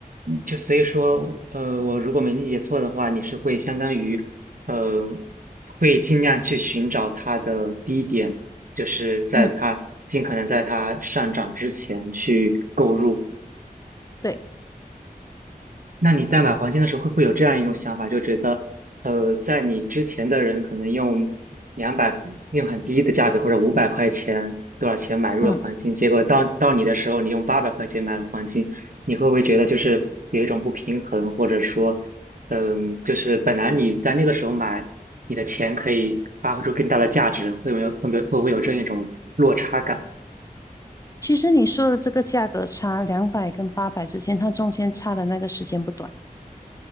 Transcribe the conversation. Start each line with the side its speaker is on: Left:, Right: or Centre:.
Right: 嗯就所以说，呃，我如果没理解错的话，你是会相当于，呃，会尽量去寻找它的低点，就是在它尽可能在它上涨之前去购入。
Left: 嗯，对，
Right: 那你在买黄金的时候，会不会有这样一种想法，就觉得，呃，在你之前的人可能用两百，用很低的价格或者五百块钱多少钱买入了黄金，
Left: 嗯，
Right: 结果到到你的时候，你用八百块钱买了黄金，你会不会觉得就是有一种不平衡，或者说，嗯，就是本来你在那个时候买，你的钱可以发挥出更大的价值，会不没有会不会会不会有这样一种落差感？
Left: 其实你说的这个价格差两百跟八百之间，它中间差的那个时间不短。